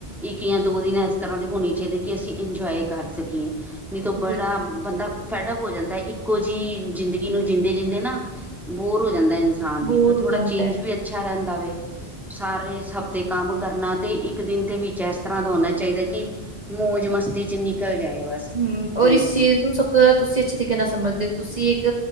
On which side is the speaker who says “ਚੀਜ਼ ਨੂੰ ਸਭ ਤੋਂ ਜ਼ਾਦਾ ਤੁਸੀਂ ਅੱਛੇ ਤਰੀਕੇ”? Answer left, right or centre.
Right